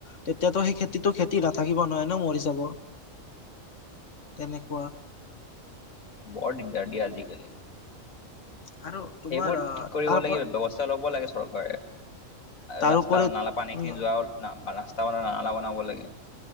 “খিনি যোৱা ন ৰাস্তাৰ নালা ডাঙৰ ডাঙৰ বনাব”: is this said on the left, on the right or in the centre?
Left